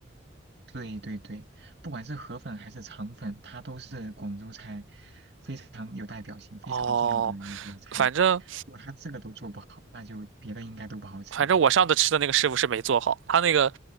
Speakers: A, on the right; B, on the right.
A: 对对对，不管是河粉还是肠粉，它都是广州菜非常有代表性、非常重要的一个菜。
B: 哦，反正。
A: 如果它这个都做不好，那就别的应该都不好吃了。
B: 反正我上次吃的那个师傅是没做好，他那个